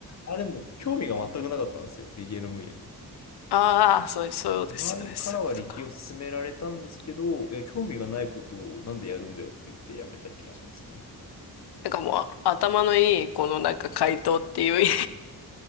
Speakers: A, on the left; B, on the left.
A: あ、でも興味が全くなかったんですよ。理系の分野に。
B: <laughs> ああ、そう、そうですよね。
A: 周りからは理系を勧められたんですけど、
B: そういうことか
A: いや、興味がないことをなんでやるんだよって言ってやめた気がしますね。
B: なんかもう頭のいいこのなんか回答っていう